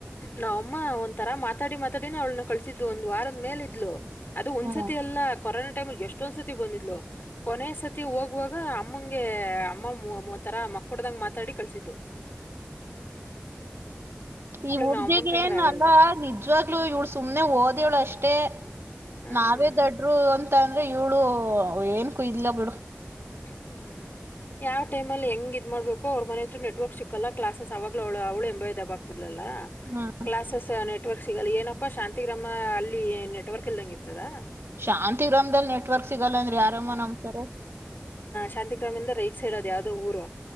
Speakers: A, on the left; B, on the right.
A: ನಾವ ಅಮ್ಮ ಒಂದ್ ತರಾ ಮಾತಾಡಿ ಮಾತಾಡಿನ ಅವ್ಳನ್ನ ಕಳಸಿದ್ದು ಒಂದ್ ವಾರದ ಮೇಲೆ ಇದ್ಲು ಅದು ಒಂದ್ಸತಿ
B: ಹ್ಮ
A: ಎಲ್ಲ ಕೊರ ಟೈಮಗೆ ಎಷ್ಟೊಂದ್ ಸತಿ ಬಂದಿದ್ಲು ಕೊನೆ ಸತಿ ಹೋಗುವಾಗ ಅಮ್ಮಂಗೆ ಅಮ್ಮ ಒಂತರ ಮಕ್ಕಡ್ದಂಗ ಮಾ ತಡೆ ಕಲಿಸಿದ್ದು
B: ಈ ಹುಡ್ಗಗ
A: ನಾವ್ ಅಮ್ಮನ್ ಕಂಡ್ರೆ
B: ಏನ್
A: ಆಗಲ್ಲ
B: ಅಲ್ಲ ನಿಜ್ವಾಗ್ಲುೂ ಇವ್ಳು ಸುಮ್ನೆ ಓದವ್ಳು ಅಷ್ಟೇ
A: ಹ್ಮ್
B: ನಾವೇ ದೊಡ್ರು ಅಂತ ಅಂದ್ರೆ ಇವಳು ಏನ್ಕೂ ಇಲ್ಲ ಬಿಡು
A: ಹ್ಮ್ ಯಾವ್ ಟೈಮಲ್ಲಿ ಹೆಂಗ್ ಇದ್ ಮಾಡ್ಬೇಕು ಅವ್ರ ಮನೆಹ ಹತ್ರ ನೆಟ್ವರ್ಕ್ ಸಿಕ್ಕಲ್ಲ ಕ್ಲಾಸಸ್ ಅವಾಗಲ ಅವಳು ಅವಳು ಎಂಬ ದಬ್ಬ ಆಗ್ತದೆ ಹ
B: ಹ್ಮ್
A: ಕ್ಲಾಸೆಸ್ ನೆಟ್ವರ್ಕ್ ಸಿಗಲ್ಲ ಏನಪ್ಪಾ ಶಾಂತಿಗ್ರಾಮ ಅಲ್ಲಿ ನೆಟ್ವರ್ಕ್ ಇಲ್ದಂಗ ಇರ್ತದ
B: ಶಾಂತಿ ಗ್ರಾಮದಲ್ ನೆಟ್ವರ್ಕ್ ಸಿಗಲ್ಲನ್ರಿ ಆರಾಮ ನಮ್ತಾರ
A: ಶಾಂತಿಗ್ರಾಮದಿಂದ ರೈಟ್ ಸೈಡ್ ಅದ ಯಾವ್ದೋ ಊರು